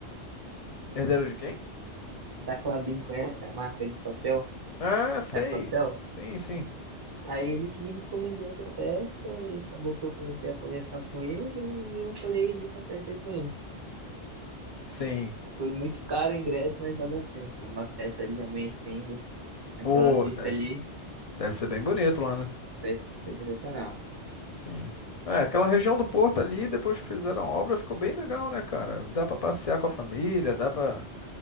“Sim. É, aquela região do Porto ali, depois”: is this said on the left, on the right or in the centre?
Left